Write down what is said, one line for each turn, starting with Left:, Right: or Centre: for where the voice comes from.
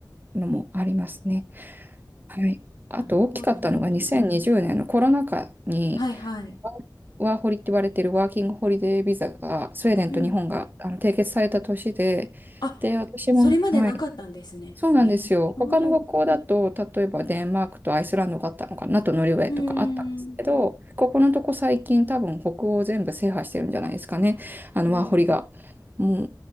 Right: のもありますね。はい。あと大きかったのが2020年のコロナ禍に、
Left: なるほど。うん。はいはい。
Right: ワーホリって言われてるワーキングホリデービザがスウェーデンと日本があの締結された年で、
Left: うん。あ、
Right: で、私も、
Left: それまでなかったんですね。
Right: はい、そうなんですよ。
Left: えー、なるほど。
Right: 他の北欧だと、
Left: う
Right: 例えばデンマークとアイスランドがあったのかな、あとノルウェーとかあったんですけど、
Left: ーん。
Right: ここのとこ最近多分北欧全部制覇してるんじゃないですかね。あのワーホリが。
Left: うん。
Right: も